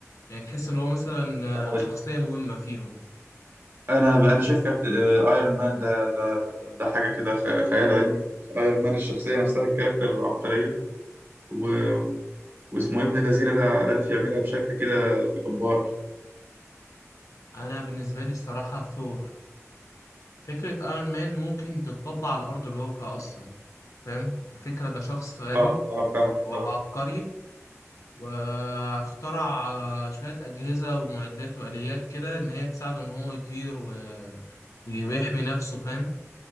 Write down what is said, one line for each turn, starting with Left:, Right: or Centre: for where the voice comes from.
Left: يعني تحس إن هو مثلا آه،
Right: كده
Left: شخصية مهمة فيهم
Right: انا انا شايف كابتن ايرون مان ده ده ده حاجه كده خ- خيال علمي ايرون مان الشخصيه نفسها الكاركتر العبقريه و... واسمه إيه، ابن الذين ده عارف يعملها بشكل كده جبار
Left: أنا بالنسبة لي الصراحة ثور فكرة ايرون مان ممكن تتطبق على أرض الواقع أصلا فاهم الفكرة ده شخص غني
Right: اه اه فاهمك
Left: وعبقري
Right: اه
Left: واخترع آه، شوية أجهزة ومعدات وآليات كده إن هي تساعده إن هو يطير و- ويحمي نفسه فاهم